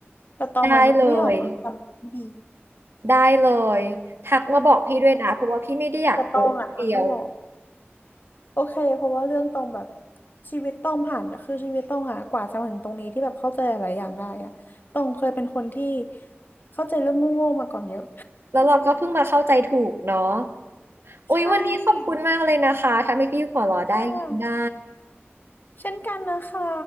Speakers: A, on the left; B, on the right.
A: แต่ตองอ่ะนึกไม่ออกตองจำไม่ดี
B: ได้เลยได้เลยทักมาบอกพี่ด้วยนะเพราะว่าพี่ไม่ได้อยากโกะเดียว
A: แต่ตองอ่ะทักไม่บอก โอเค เพราะว่าเรื่องต้องแบบชีวิตต้องผ่าน คือชีวิตต้องอะกว่าจะมาถึงตรงนี้ที่แบบเข้าใจหลายอย่างได้อะต้องเคยเป็นคนที่เข้าใจเรื่องโง่ๆมาก่อนเยอะ
B: แล้วเราก็เพิ่งมาเข้าใจถูกเนาะ
A: <laughs>
B: โอ้ยวันนี้ขอบคุณมากเลยนะคะ
A: ใช่
B: ทำให้พี่หัวเราะได้ยิ้มได้
A: ค่ะเช่นกันนะคะ